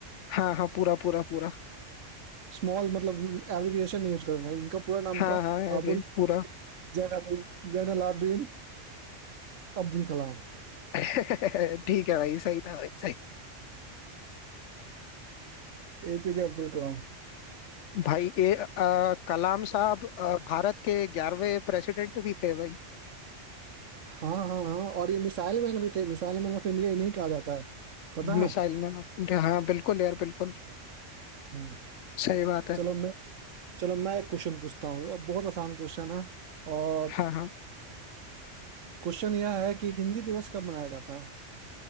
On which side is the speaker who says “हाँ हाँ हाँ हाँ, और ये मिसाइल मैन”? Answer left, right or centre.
Right